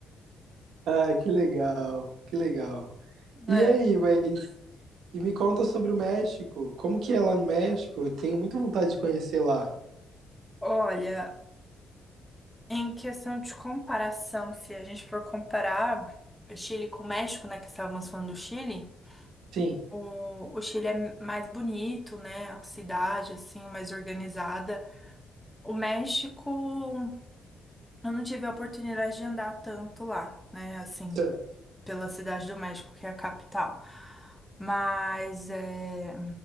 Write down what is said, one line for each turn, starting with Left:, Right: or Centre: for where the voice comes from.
Right: Ai, que legal, que legal. E
Centre: É,
Right: aí, mas e me conta sobre o México. Como que é lá no México? Eu tenho muita vontade de conhecer lá.
Centre: Olha. Em questão de comparação, se a gente for comparar o Chile com o México, né, que estávamos falando do Chile,
Right: Sim.
Centre: o, o Chile é mais bonito, né, a cidade, assim, mais organizada. O México, eu não tive a oportunidade de andar tanto lá, né, assim,
Right: Certo.
Centre: pela cidade do México, que é a capital. Mas é